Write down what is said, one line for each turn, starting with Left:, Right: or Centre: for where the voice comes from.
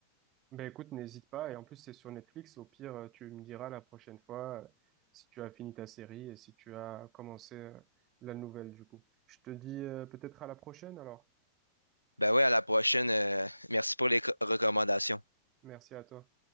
Right: Ben écoute, n'hésite pas. Et en plus, c'est sur Netflix. Au pire, euh, tu me diras la prochaine fois euh, si tu as fini ta série et si tu as commencé euh, la nouvelle du coup. Je te dis euh, peut-être à la prochaine alors.
Left: Ben ouais, à la prochaine. euh, merci pour les co- recommandations.
Right: Merci à toi.